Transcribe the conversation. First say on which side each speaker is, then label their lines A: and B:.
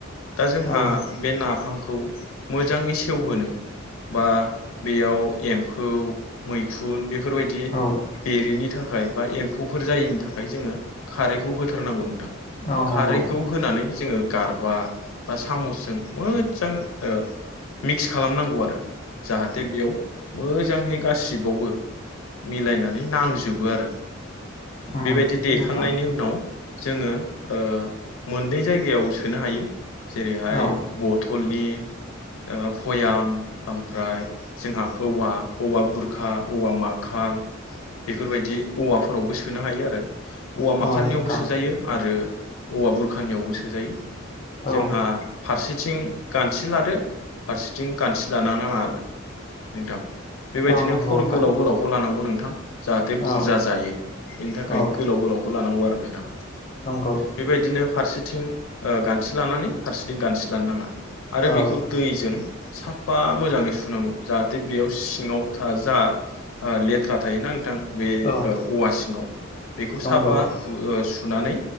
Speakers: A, on the left; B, on the left.
A: दा जोंहा
B: औ
A: बे नाफामखौ मोजाङै सेवहोनो बा बेयाव एम्फौ मैखुन बेफोरबायदि
B: औ
A: बेरिनि थाख खाय बा एम्फौफोर जायिनि थाखाय जोङो खारैखौ होथारनांगौ नोंथां
B: औ नंगौ
A: खारैखौ होनानै जोङो गारबा बा सामसजों मोद जां ओ मिक्स खालामनांगौ आरो जाहाथे बेयाव मोजांहै गासिबावबो मिलायनानै नांजोबो आरो
B: उम
A: बेबायदि देखांनायनि
B: नोंथां
A: उनाव जोङो ओ मोननै जायगायाव सोनो हायो जेरैहाय
B: औ
A: बट थलनि ओ भयाम ओमफ्राय जोंहा औवा औवा बुरखा औवा माखा थाल बेफोरबायदि औवाफोरावबो सोनो हायो आरो औवा
B: औ
A: माखालनियावबो
B: नोंथां
A: सोजायो आरो औवा बुरखानियावबो सोजायो
B: औ
A: जोंहा फारसेथिं गानसे लादो फारसेथिं गानसे लानो नाङा आरो नोंथां बेबायदिनो
B: औ नंगौ
A: फर
B: नोंथां
A: गोलाव गोलावखौ लानांगौ नोंथां जाहाथे
B: औ
A: बुरजा जायो बेनि थाखाय
B: औ
A: गोलाव गोलावखौ लानांगौ आरो नोंथां
B: नंगौ
A: बेबायदिनो फारसेथिं ओ गान्थि लानानै फारसेथिं गान्थि लानो नाङा आरो
B: औ
A: बेखौ दैजों साफा मोजाङै सुनांगौ जाहाथे बेयाव सिङाव था जा ओ लेथ्रा थायोना नोंथां बे
B: औ
A: औवा सिङाव बेखौ
B: नंगौ
A: साफा ओ सु सुनानै